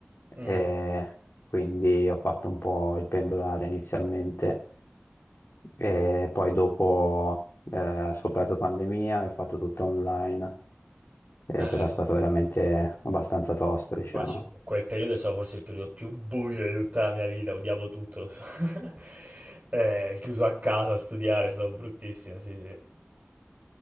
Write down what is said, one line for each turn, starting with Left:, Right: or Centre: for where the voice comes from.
Right: Mh.
Left: e quindi ho fatto un po' il pendolare inizialmente e poi dopo eh, ho scoperto pandemia e ho fatto tutto online, eh,
Right: Eh,
Left: però
Right: sì,
Left: è stato
Right: sì.
Left: veramente abbastanza tosta, diciamo.
Right: Ma sì, quel periodo è stato forse il periodo più buio di tutta la mia vita, odiavo tutto. <laughs> Ehm, chiuso a casa a studiare, è stato bruttissimo, sì, sì.